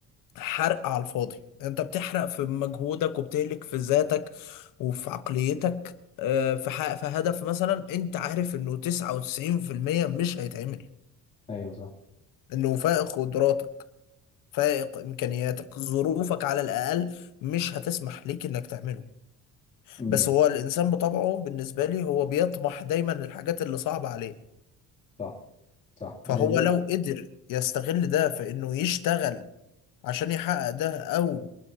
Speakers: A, on the left; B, on the left.
A: حرق على الفاضي انت بتحرق في مجهودك وبتهلك في ذاتك وفي عقليتك آه، في حق في هدف مثلا انت عارف انه 99% مش هيتعمل
B: ايوه صح
A: انه فائق قدراتك فائق امكانياتك ظروفك على الاقل مش هتسمح ليك انك تعمله
B: امم
A: بس هو الانسان بطبعه بالنسبة لي هو بيطمح دايما للحاجات اللي صعبة عليه
B: صح صح
A: فهو
B: ده ده
A: لو قدر يستغل ده في انه يشتغل عشان يحقق ده او